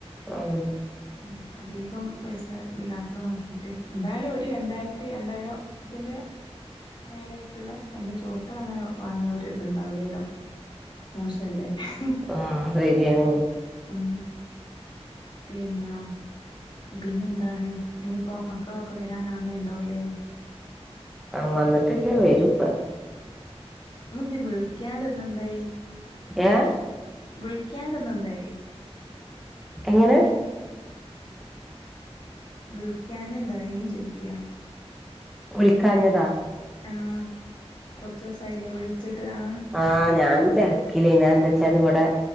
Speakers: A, in the centre; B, on the left.
A: ആഹ
B: ഉ അധികം പൈസ ഇല്ലാത്ത നോക്കിട്ട് എന്തായാലും ഒരു രണ്ടായിരത്തി രണ്ടായിരം പിന്നെയ മേല ആട്ടുള്ള അയിന്റെ ചോട്ട് അങ്ങനെ വാങ്ങിയവര് ഇത്ണ്ടാവില്ലേല്ലോ മോശല്ലേ ഹ്
A: ആഹ ശരിയാന്നെന്ന്
B: ഉം പിന്നെ പിന്നെന്താണ് ഇനിയിപ്പോ മക്കളൊക്കെ വരാനാന്നേ ഉണ്ടാവൂലേ
A: ആഹ വന്നിട്ടില്ല വരുംപ്പ
B: ഇ എന്ത് വിളിക്കാണ്ട്ന്ന എന്തേ
A: ഏഹ
B: വിളിക്കാണ്ടന്ന എന്തായി
A: എങ്ങനെ
B: വിളിക്കാന എന്തായി ചോദിക്കാ
A: വിളിക്കാഞ്ഞതാ
B: ആഹ കുറച്ച ദിവസമായില്ലേ വിളിച്ചിട്ട് ആ
A: ആഹ ഞാൻ തിരക്കില്ലേന്നു ഞാൻ എന്താ വച്ചാൽ ഇവിടെ